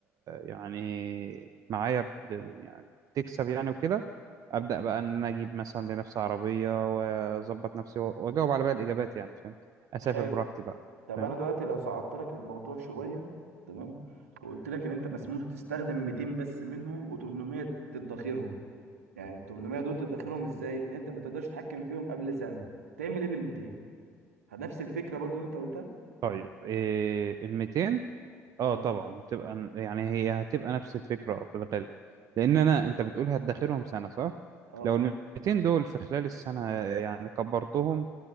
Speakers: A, on the right; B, on the right.
A: يعني معايا ب- يعني تكسب يعني وكده ابدا بقى ان انا اجيب مثلا لنفسي عربية واظبط نفسي واجاوب على بقى الاجابات يعني فاهم اسافر
B: حلو
A: براحتي بقى
B: طب
A: فاهم
B: انا دلوقتي لو صعبت لك الموضوع شويه تمام وقلت لك ان انت مسموح تستخدم 200 بس منهم و800 تدخرهم يعني ال 800 دول تدخرهم ازاي ان انت ما تقدرش تتحكم فيهم قبل سنه تعمل ايه بال200 نفس الفكرة برضو اللي انت قلتها
A: طيب إيه ال 200 اه
B: اه
A: طبعا تبقى يعني هي هتبقى نفس الفكره في الغالب لان انا انت بتقول هتدخلهم سنه صح
B: اه
A: لو ال 200 دول في خلال السنه يعني كبرتهم